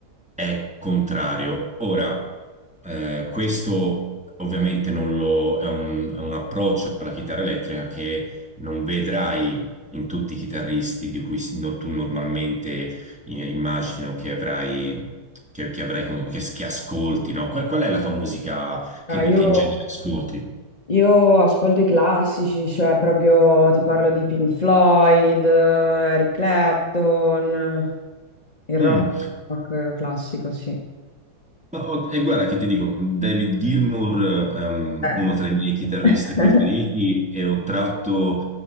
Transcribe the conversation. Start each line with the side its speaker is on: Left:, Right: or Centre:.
Centre: è contrario. Ora, eh, questo ovviamente non lo, è un, è un approccio alla chitarra elettrica che non vedrai in tutti i chitarristi di cui si- no- tu normalmente eh, immagino che avrai, che, che avrai con- che, che ascolti, no? Qual, qual è la tua musica che, che
Left: Io,
Centre: in genere ascolti?
Left: io ascolto i classici, cioè proprio ti parlo di Pink Floyd, eh, Eric Clapton, il rock,
Centre: Mm.
Left: rock classico, sì.
Centre: Ma, oh, e guarda che ti dico, David Gilmour è um,
Left: Eh.
Centre: uno tra i miei chitarristi
Left: <laughs>
Centre: preferiti e ho tratto